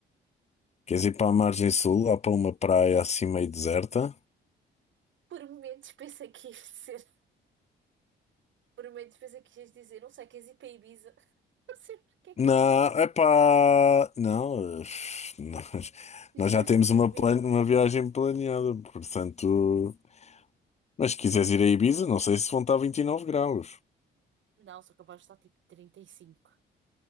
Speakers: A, on the left; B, on the right.
A: Queres ir para a margem sul, lá para uma praia assim meio deserta?
B: Por momentos pensei que ias dizer. Por momentos pensei que ias dizer. Não sei, queres ir para Ibiza? <laughs> Não sei porque é que
A: Não,
B: eu disse.
A: é pá. Não, eh, <laughs> nós,
B: Juro-te,
A: nós já temos
B: por
A: uma,
B: momentos.
A: plan... uma viagem planeada, portanto. Mas se quiseres ir a Ibiza, não sei se vão estar 29 graus.
B: Não, sou capaz de estar tipo 35.